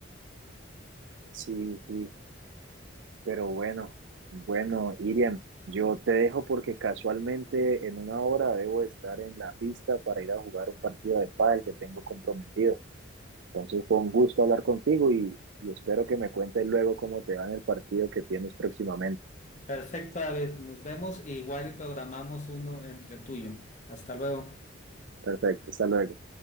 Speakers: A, on the right; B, on the left.
A: Sí, sí, pero bueno, bueno, Iriam, yo te dejo porque casualmente en una hora debo estar en la pista para ir a jugar un partido de pádel que tengo comprometido. Entonces fue un gusto hablar contigo y, y espero que me cuentes luego cómo te va en el partido que tienes próximamente.
B: Perfecto, David. Nos vemos e igual y programamos uno entre tú y yo. Hasta luego.
A: Perfecto, hasta luego.